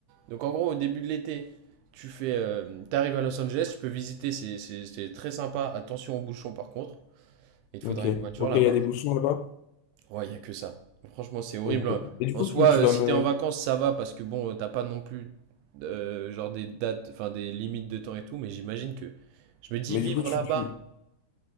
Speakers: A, on the right; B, on the left.
A: Donc en gros, au début de l'été, tu fais, euh, t'arrives à Los Angeles, tu peux visiter, c'est c'est- c'est très sympa. Attention aux bouchons par contre, il te
B: Ok,
A: faudra une voiture
B: ok,
A: là-bas.
B: il y a des bouchons là-bas.
A: Ouais, il n'y a que ça. Franchement, c'est horrible.
B: Ok. Et du
A: En
B: coup,
A: soi,
B: tu, tu
A: euh,
B: vas
A: si
B: me.
A: t'es en vacances, ça va parce que bon, euh, t'as pas non plus euh, genre des dates, enfin des limites de temps et tout, mais j'imagine que je me dis
B: Mais
A: vivre
B: du coup, tu,
A: là-bas,
B: tu,